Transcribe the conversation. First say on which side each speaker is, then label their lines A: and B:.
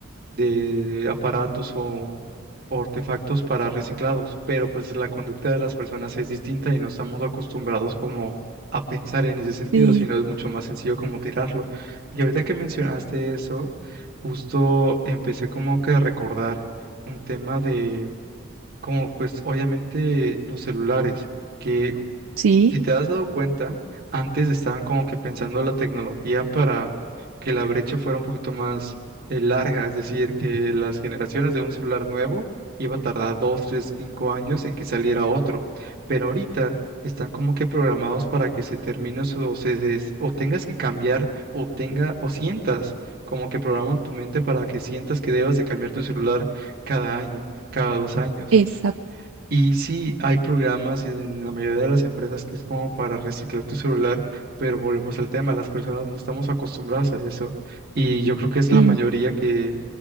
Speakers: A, on the right; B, on the right.
A: de aparatos o, o artefactos para reciclados, pero pues la conducta de las personas es distinta y no estamos acostumbrados como a pensar en ese sentido,
B: Sí,
A: sino es mucho más sencillo como tirarlo. Y ahorita que mencionaste eso, justo empecé como que a recordar un tema de, como pues obviamente los celulares. que
B: sí,
A: si te has dado cuenta, antes estaban como que pensando la tecnología para que la brecha fuera un poquito más eh, larga, es decir, que las generaciones de un celular nuevo iba a tardar dos, tres, cinco años en que saliera otro, pero ahorita están como que programados para que se termine su- o se des- o tengas que cambiar o tenga o sientas como que programan tu mente para que sientas que debas de cambiar tu celular cada año, cada dos años.
B: exacto.
A: Y sí, hay programas en la mayoría de las empresas que es como para reciclar tu celular, pero volvemos al tema, las personas no estamos acostumbradas a eso. Y yo creo que es la
B: Sí,
A: mayoría que